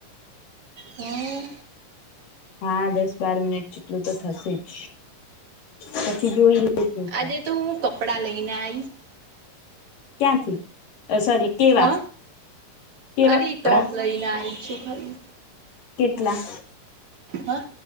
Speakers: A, on the right; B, on the left.
A: હા
B: હા દસ બાર મિનિટ જેટલું તો થશે જ પછી જોઈએ શું થાય
A: આજે તો હું કપડાં લઈ બિનાઈ
B: ક્યાંથી સોરી કેવા
A: હ
B: કેવા
A: અલી ટોપ
B: કપડા
A: લઈને આવી છું ખાલી
B: કેટલા
A: હા